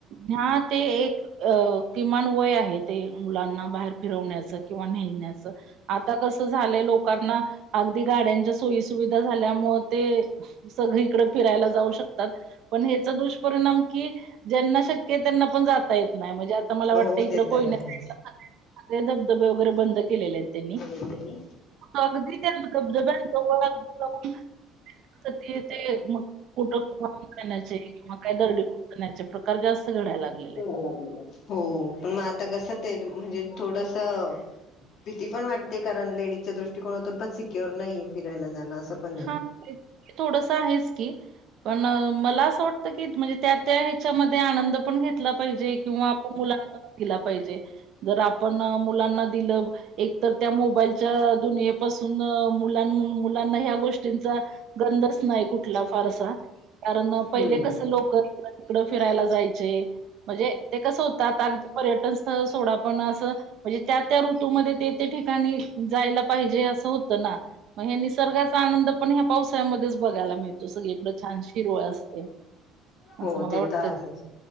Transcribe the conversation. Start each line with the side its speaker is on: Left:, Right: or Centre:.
Right: ह्या ते एक अ किमान वय आहे ते, मुलांना बाहेर फिरवण्याचं किंवा नेण्याचं आता कसं झालंय लोकांना, अगदी गाड्यांच्या सोयीसुविधा झाल्यामुळे ते सगळीकडे फिरायला जाऊ शकतात. पण हेचा दुष्परिणाम की ज्यांना शक्य आहे. त्यांना पण जाता येत नाही म्हणजे आता मला
Left: हो
Right: वाटत, इकड
Left: ते
Right: कोयना
Left: तर आहेच
Right: साइडला सगळे धबधबे वगैरे बंद केलेले आहेत. त्यांनी,
Left: बोलत त्यांनी
Right: अगदी त्या धबधब्या जवळ जावून मग ते ते, मग कुट <unintelligible> ण्याचे प्रकार जास्त घडायला लागलेले आहेत.
Left: लागलेला आहे. हो, पण मग आता कसं ते म्हणजे थोडस भीती पण वाटते कारण लेडीजच्या दृष्टिकोनातून पण सिक्युर नाही फिरायला जाणं असं. पण नाही.
Right: हा, थोडस आहेच की, पण मला असं वाटतं की म्हणजे त्या त्या च्या मध्ये आनंद पण घेतला पाहिजे, किंवा आपण मुला दिला पाहिजे, जर आपण मुलांना दिलं एक तर त्या मोबाईलच्या दुनियेपासून मुलां-मुलांना ह्या गोष्टींचा गंधच नाही कुठला फारसा, कारण पहिले
Left: हम्म.
Right: कस लोक हिकडं तिकडं फिरायला जायचे, म्हणजे ते कसं होत आता आग पर्यटन स्थळ सोडा पण असं म्हणजे त्या-त्या ऋतूमध्ये ते-ते ठिकाणी जायला पाहिजे असं होतं ना मग हे निसर्गाचा आनंद पण ह्या पावसाळ्यामध्येच बघायला मिळतो, सगळीकड छान हिरवळ असते.
Left: हो
Right: असं मला
Left: ते
Right: वाटतं
Left: तर आहे.